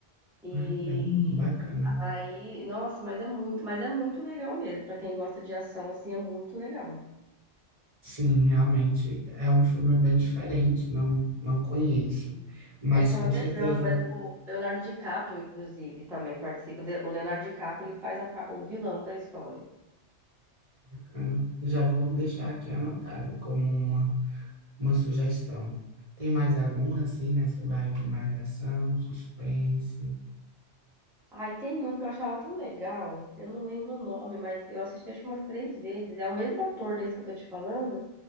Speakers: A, in the centre; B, on the right.
A: E
B: Ah, é bem bacana.
A: Uhum. aí, nossa, mas é muito, mas é muito legal mesmo. Pra quem gosta de ação, assim, é muito legal.
B: Sim, realmente é um filme bem diferente, não, não conheço, mas
A: É chama
B: com
A: The
B: certeza
A: Jungle, é do Leonardo DiCaprio, inclusive, também participa. De- O Leonardo DiCaprio, ele faz a pa- o vilão da história.
B: bacana. Já vou deixar aqui anotado como uma, uma sugestão. Tem mais algum assim nessa vibe mais ação, suspense?
A: Ai, tem um que eu achava tão legal. Eu não lembro o nome, mas eu assisti acho que umas três vezes. É o mesmo ator desse que eu tô te falando.